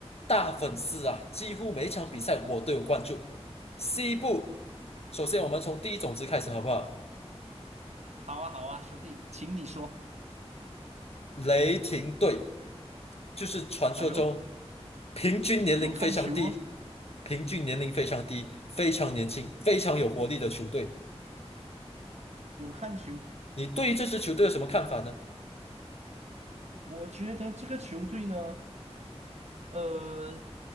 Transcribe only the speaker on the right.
好啊，好啊，兄弟，请你说。
哎呦，
有看球哦，
有看球。
我觉得这个球队呢。呃，